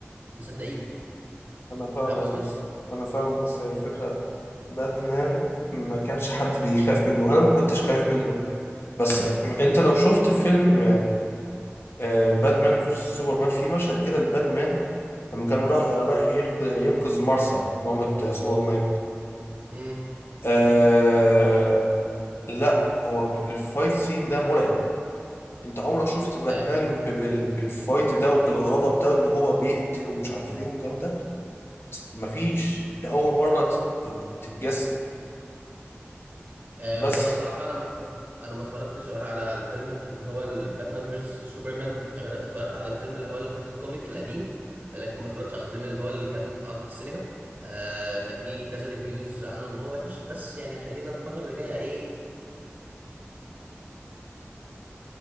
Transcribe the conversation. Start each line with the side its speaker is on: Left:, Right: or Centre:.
Right: مصدقينه
Left: انا فاهمك
Right: فاهم قصدي؟
Left: بس انا فاهمك بس هي الفكره باتمان ما كانش حد بيخاف منه انا ما كنتش خايف منه بس انت لو شفت فيلم آه، باتمان فيرسس سوبرمان في مشهد كده الباتمان لما كان راح رايح ينق- ينقذ مارسا مامة آه، سوبرمان
Right: امم
Left: آه لا هو ك- الفايت سين ده مرعب انت عمرك شفت باتمان
Right: آه،
Left: ب- بال- بالفايت ده وبالغضب ده ان هو بيقتل ومش عارف ايه والكلام ده مفيش ده اول مرة تت- تت- تتجسد
Right: آه،
Left: بس
Right: هو انا صراحه انا ما اتفرجت- انا ما اتفرجتش غير على الفيلم اللي هو باتمان فيرسس سوبرمان غير اتفرجت على الفيلم اللي هو اللي كان الكوميك القديم لكن ما اتفرجتش على الفيلم اللي هو اللي كان اتعرض في السينما آه كان في كذا ريفيوز عنه ان هو وحش بس يعني خلينا الفتره اللي جايه ايه